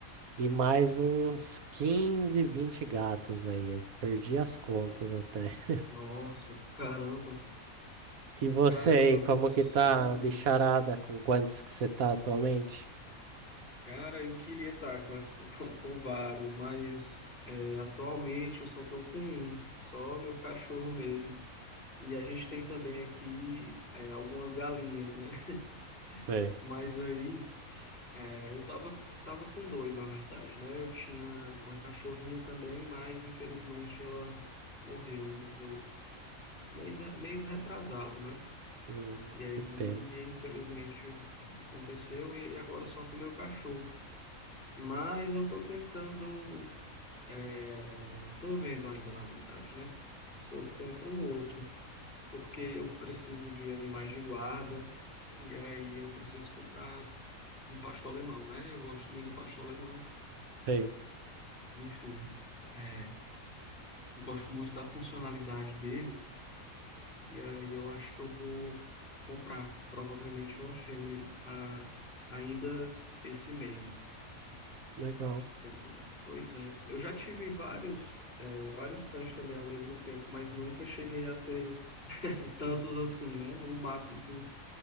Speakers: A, on the right (about 75°); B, on the left (about 40°).
A: e mais uns 15 20 gatos aí. Eu Perdi as contas até.
B: Nossa, caramba.
A: E você
B: caramba,
A: aí, como
B: mu- são
A: que tá,
B: muitos.
A: a bicharada? Com quantos que você tá atualmente?
B: Cara, eu queria estar com, essa- <laughs> com com vários, mas é, atualmente eu só tô com um, só meu cachorro mesmo. E a gente tem também aqui é, algumas galinhas, né?
A: Sei.
B: <laughs> Mas aí. É, eu tava, tava com dois, na verdade, né? Eu tinha uma cachorrinha também, mas infelizmente ela morreu, morreu mês, mês retrasado, né?
A: Hum,
B: E aí,
A: que pena.
B: infelizmente, aconteceu, e aí agora só com o meu cachorro. Mas eu tô tentando, é, tô vendo ainda, na verdade, né? Se eu compro um outro, porque eu preciso de animais de guarda, e aí eu preciso comprar um pastor alemão, né? Eu gosto muito do pastor alemão.
A: Sei,
B: Enfim, é, gosto muito da funcionalidade dele e aí eu acho que eu vou comprar provavelmente uma fêmea a- ainda esse mês.
A: legal.
B: entendeu? Pois é, eu já tive vários, é, vários cães também ao mesmo tempo, mas nunca cheguei a ter <laughs> tantos assim, né? O máximo que